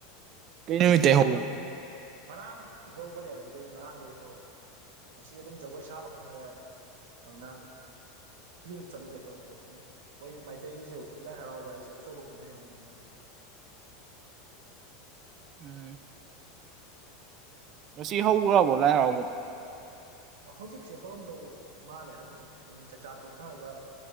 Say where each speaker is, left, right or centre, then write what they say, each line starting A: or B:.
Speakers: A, on the right; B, on the right.
A: ꯀꯩ ꯅꯨꯃꯤꯠꯇꯩ ꯍꯧꯕꯅꯣ
B: ꯉꯔꯥꯡ ꯏꯀꯧꯈꯔꯦ ꯑꯗꯨꯗꯩ ꯉꯔꯥꯡꯗꯒꯤ ꯍꯧꯔꯃꯤ ꯉꯁꯤ ꯑꯗꯨꯝ ꯖꯒꯣꯏ ꯁꯥꯕ ꯍꯧꯅꯔꯛꯑꯅꯤ ꯑꯗꯨꯅ ꯌꯦꯡ ꯆꯠꯂꯨꯒꯦ ꯇꯧ ꯑꯩꯈꯣꯏꯁꯨ ꯁꯨꯝ ꯑꯩꯈꯣꯏ ꯃꯩꯇꯩꯒꯤꯁꯨ ꯂꯥꯏ ꯍꯔꯥꯎꯕ ꯍꯥꯏꯁꯦ ꯑꯆꯧꯕ ꯀꯨꯝꯍꯩ ꯑꯃꯅꯤꯅ꯫
A: <inaudible> ꯉꯁꯤ ꯍꯧꯈ꯭ꯔꯕꯣ ꯂꯥꯏ ꯍꯔꯥꯎꯕꯗꯤ
B: ꯍꯧꯖꯤꯛꯁꯦ ꯍꯧꯔꯝꯗꯧ ꯃꯥꯜꯂꯦ ꯑꯗꯨꯝ ꯃꯤ ꯆꯥꯛꯆꯥ ꯊꯣꯛꯅꯔꯒ